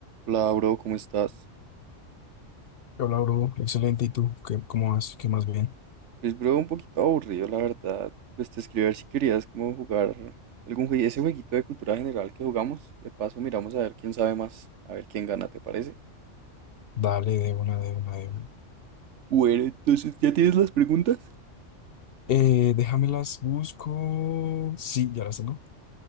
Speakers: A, on the right; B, on the left.
A: Hola, bro, ¿cómo estás?
B: Hola, bro. Excelente. ¿Y tú? ¿Qué, cómo vas? ¿Qué más bien?
A: Pues, bro, un poquito aburrido, la verdad. Pues te escribí a ver si querías como jugar algún juego, ese jueguito de cultura general que jugamos. De paso, miramos a ver quién sabe más, a ver quién gana, ¿te parece?
B: Dale, de una, de una, de una.
A: Bueno, entonces, ¿ya tienes las preguntas?
B: Eh, déjamelas, busco. Sí, ya las tengo.